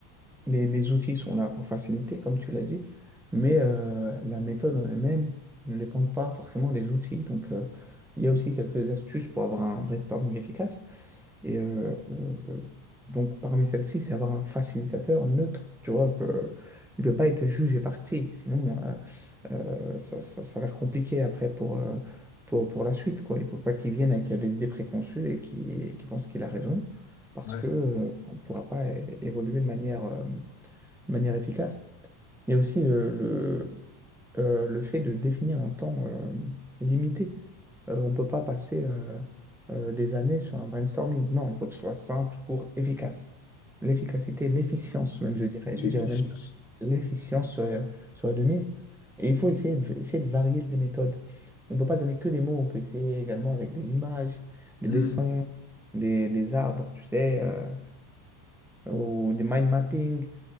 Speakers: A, in the centre; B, on the left.
A: Les, les outils sont là pour faciliter, comme tu l'as dit, mais euh, la méthode en elle-même ne dépend pas forcément des outils. Donc, euh, il y a aussi quelques astuces pour avoir un brainstorming efficace. Et euh, euh, donc, parmi celles-ci, c'est avoir un facilitateur neutre. Tu vois, peu- il ne peut pas être juge et parti, sinon euh, euh, ça, ça s'avère compliqué après pour, euh, pour, pour la suite, quoi. Il ne peut pas qu'il vienne avec des idées préconçues et qu'il qu'il pense qu'il a raison, parce
B: Ouais.
A: que euh, on ne pourra pas é- évoluer de manière euh, de manière efficace. Il y a aussi le, le, euh, le fait de définir un temps euh, limité. Euh, on ne peut pas passer euh, euh, des années sur un brainstorming. Non, il faut que ce soit simple, court, efficace. L'efficacité, l'efficience même, je dirais.
B: De
A: Je
B: L'efficience.
A: dirais même plus. L'efficience serait, euh, serait de mise. Et il faut essayer de, essayer de varier les méthodes. On ne peut pas donner que des mots, on peut essayer également avec des images, des
B: Hmm.
A: dessins, des, des arbres, tu sais, euh, ou des mind mapping.